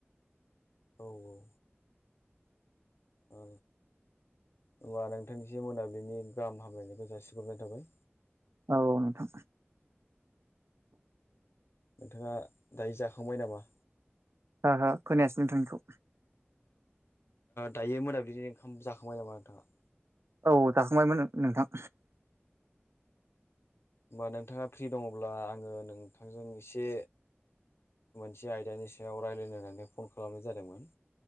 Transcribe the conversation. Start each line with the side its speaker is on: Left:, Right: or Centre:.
Left: औ औ औ होनबा नोंथांनिसि मोनाबिलिनि गाहाम हामलायनायखौ जासिहरनाय थाबाय।
Right: औ औ नोंथां
Left: नोंथाङा दायो जाखांबाय नामा?
Right: ओहो खोनायासै नोंथां बेखौ
Left: दायो मोनाबिलिनि ओंखाम जाखांबाय नामा नोंथाङा?
Right: औ जाखांबायमोन नोंथां।
Left: होमबा नोंथाङा फ्रि दङ'ब्ला आङो नों नोंथांजों एसे मोनसे आयदानि सायाव रायज्लायनो होननानै फन खालामनाय जादोंमोन।